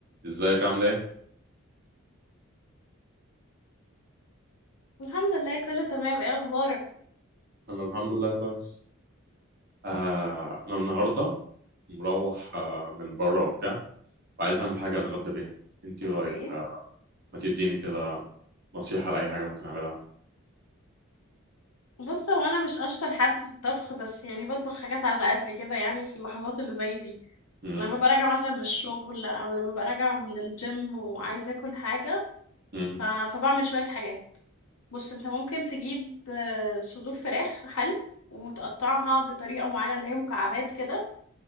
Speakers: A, on the right; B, on the left.
A: ازيك عامل ايه؟
B: الحمد لله كله تمام ايه اخبارك
A: انا الحمد لله كويس آه انا النهارده مروح آه من بره وبتاع وعايز اعمل حاجه اتغدى بيها انت ايه
B: اوكي
A: رايك آه ما تديني كده نصيحه لاي حاجه ممكن اعملها
B: بص هو انا مش اشطر حد في الطبخ بس يعني بطبخ حاجات على قد كده يعني في اللحظات اللي زي دي
A: مم،
B: لما ببقى راجعه مثلا من الشغل او لما ببقى راجعه من الجيم وعايزه اكل حاجه
A: مم،
B: ف... فبعمل شويه حاجات بص انت ممكن تجيب آه، صدور فراخ حل وتقطعها بطريقه معينه اللي هي مكعبات كده